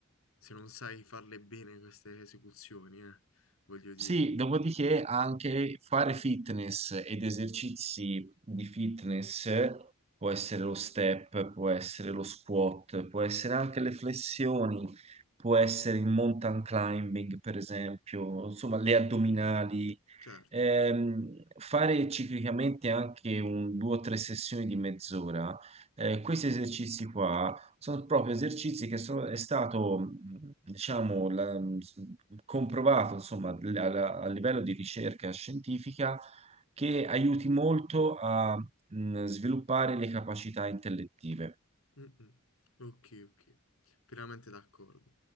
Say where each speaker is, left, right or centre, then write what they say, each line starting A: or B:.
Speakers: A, on the left (about 75°); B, on the right (about 30°).
A: se non sai farle bene queste esecuzioni, eh, voglio dire.
B: Sì, dopodiché anche fare fitness ed esercizi di fitness può essere lo step, può essere lo squat, può essere anche le flessioni, può essere il mountain climbing, per esempio, insomma, le addominali.
A: Certo.
B: Ehm, fare ciclicamente anche un, due o tre sessioni di mezz'ora. Eh, questi esercizi qua sono proprio esercizi che sono, è stato, mh, diciamo, la- mh, comprovato, insomma, l- alla- a livello di ricerca scientifica che aiuti molto a mh, sviluppare le capacità intellettive.
A: Mm, mm. Ok, ok. Pienamente d'accordo.